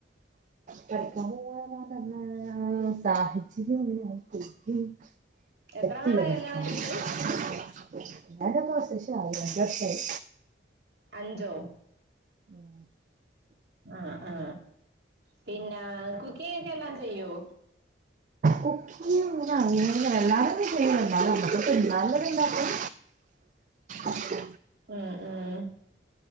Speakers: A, on the right; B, on the right.
A: പഠിക്കാൻ പൂവാനന്ന് പറഞ്ഞ സാഹചര്യം ഒന്നും <unintelligible> പറ്റീല്ല
B: എത്ര നാളായി
A: പഠിക്കാന്
B: കല്യാണം കഴിഞ്ഞിട്ട്
A: <unintelligible> അഞ്ച് വർഷായി.
B: അഞ്ചോ?
A: ഉം
B: ആ ആ പിന്നെ കുക്കിംങ്ങ് ഒക്കെ എല്ലാം ചെയ്യോ?
A: കുക്കിങ്ങ്ങനെ അങ്ങനെ എല്ലാതൊന്നും ചെയ്യൊന്നുല്ല്യ. നമ്മക്ക് തിന്നാൻള്ളത് ഇണ്ടാക്കും. ഓക്കെ
B: ഉം. ഉം.